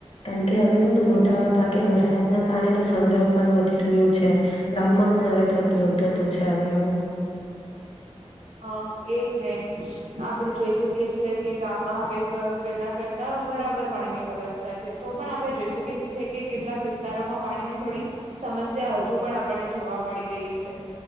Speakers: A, on the left; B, on the right.
A: કારણકે હવે જો ને મોટા ભાગે વરસાદના પાણી નો સંગ્રહ પણ વધી રહ્યો છે ગામમાં પણ હવે થ થતું છે હવે આવ
B: હા એજ ને આપણે જોઈ શકીએ છેએ કે ગામમાં હવે પેલા કરતા બરાબર પાણીની વ્યવસ્થા છે તો પણ આપણે જોઈ શકીએ છીએ, કે કેટલાક વિસ્તારોમાં પાણીની થોડી સમસ્યા હજુ પણ આપણને જોવા મળી રહી છે.